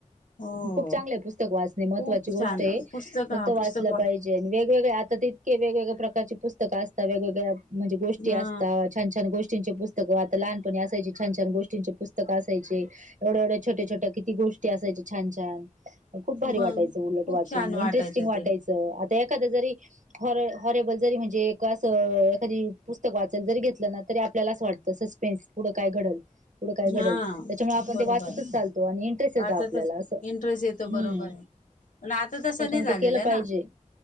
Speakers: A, on the left; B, on the right.
A: हो
B: खूप चांगलं आहे पुस्तक वाचणे महत्त्वाची
A: खूप
B: गोष्ट
A: छान
B: आहे
A: पुस्तक हा
B: फक्त वाचलं
A: पुस्तक वाच
B: पाहिजे वेगवेगळे आता तितके वेगवेगळे प्रकारची पुस्तकं असत वेगवेगळ्या म्हणजे गोष्टी
A: हा
B: असतात छान छान गोष्टींचे पुस्तक पुस्तक आता लहानपणी असायचे छान छान गोष्टींचे पुस्तक असायचे एवढ्या एवढ्या छोट छोट्या किती गोष्टी असय छ छान खूप भारी
A: मग
B: वाटायचं उलट
A: खूप
B: वाचून
A: छान वाटायचं
B: इंटरेस्टिंग वाटायचं
A: ते
B: आता एखाद जरी हॉ हॉरेबल जरी म्हणजे एकाच एखादी पुस्तक वाचाल जरी घेतलं ना तरी आपल्यालाच वाटत तर सस्पेन्स पुढं काय घडल पुढं काय घडल
A: हा
B: त्याच्यामुळे आपण
A: बरोबर
B: ते वाचतच चालतो आणि इंटरेस्ट येतो
A: वाचातच
B: आपल्याला असं
A: इंटरेस्ट येतो
B: हम्
A: बरोबर आहे पण आता तसं
B: त्याच्यामध्ये
A: नाही झालेलं
B: केलं
A: आहे
B: पाहिजे
A: ना